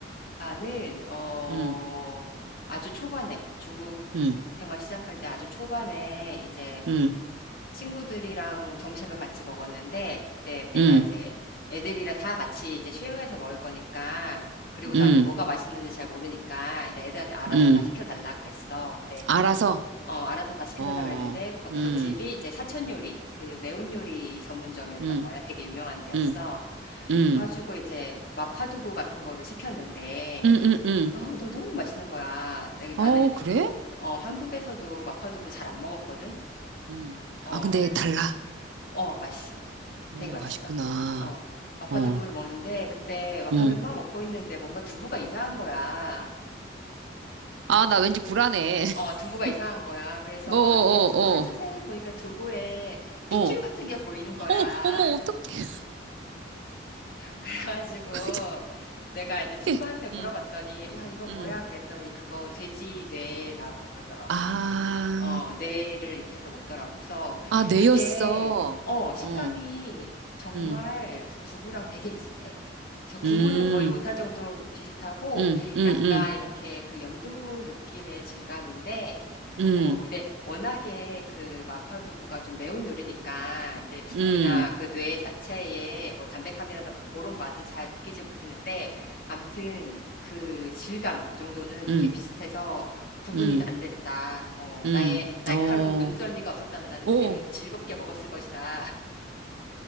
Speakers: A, on the left; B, on the right.
A: 나는 어
B: 응.
A: 아주 초반에 중국
B: 응.
A: 생활 시작할 때 아주 초반에 이제
B: 응.
A: 친구들이랑 점심을 같이 먹었는데 그때 내가
B: 응.
A: 이제 애들이랑 다 같이 이제 쉐어해서 먹을 거니까 그리고 나는
B: 응.
A: 뭐가 맛있는지 잘 모르니까 이제 애들한테 알아서
B: 응.
A: 다 시켜달라 그랬어. 근데
B: 알아서.
A: 어 알아서 다 시켜달라
B: 어,
A: 그랬는데 거,
B: 응.
A: 그 집이 이제 사천 요리 그 매운 요리 전문점이었던
B: 응.
A: 거야. 되게 유명한 데였어.
B: 응. 응.
A: 그래가지고 이제 마파두부 같은 거를 시켰는데
B: 응. 응. 응.
A: 어, 너 너무 맛있는 거야. 나-
B: 어,
A: 나는
B: 그래?
A: 어, 한국에서도 마파두부 잘 안 먹었거든.
B: 응.
A: 어,
B: 아, 근데
A: 그래.
B: 달라.
A: 어, 맛있어.
B: 어,
A: 되게 맛있어.
B: 맛있구나.
A: 어, 마파두부를
B: 어,
A: 먹는데 근데 마파두부만
B: 응.
A: 먹고 있는데 뭔가 두부가 이상한 거야.
B: 아, 나 왠지 불안해.
A: 어, 두부가
B: <laughs>
A: 이상한 거야. 그래서
B: 어, 어,
A: 이게 두부를
B: 어,
A: 자세히 보니까 두부에 핏줄
B: 어.
A: 같은 게 보이는 거야.
B: 어머, 어머, 어떡해.
A: <laughs> 그래가지고
B: <laughs>
A: 내가 이제
B: 어떡해.
A: 친구한테 물어봤더니
B: 응,
A: 야, 이거 뭐야?
B: 응.
A: 그랬더니 그거 돼지 뇌라고 그러더라고.
B: 아,
A: 어, 뇌를 이렇게 해서 먹더라고. 그래서
B: 아, 내였어.
A: 그게, 어, 식감이
B: 어,
A: 정말
B: 응,
A: 두- 두부랑 되게 비슷해. 저 구분을
B: 응,
A: 거의 못할 정도로 비슷하고,
B: 응, 응,
A: 약간
B: 응,
A: 이렇게 그 연두부 느낌의 질감인데,
B: 응,
A: 어, 근데 워낙에 그 마파두부가 좀 매운 요리니까, 이제 두부나
B: 응,
A: 그 뇌 자체에 뭐 담백함이라던가 그런 맛은 잘 느끼지 못했는데, 암튼 그 질감 정도는 되게
B: 응,
A: 비슷해서, 구분이
B: 응,
A: 안 됐다. 어,
B: 응,
A: 나의 날카로운
B: 어.
A: 눈썰미가 없었다면 나는
B: 오,
A: 그냥 즐겁게 먹었을 것이다.